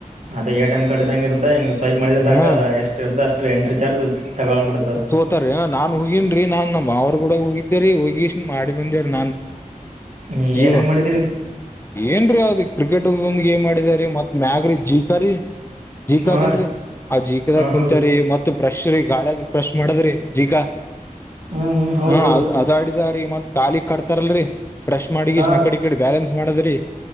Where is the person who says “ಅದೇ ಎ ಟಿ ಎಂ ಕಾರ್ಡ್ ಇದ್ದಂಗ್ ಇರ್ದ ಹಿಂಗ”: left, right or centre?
Right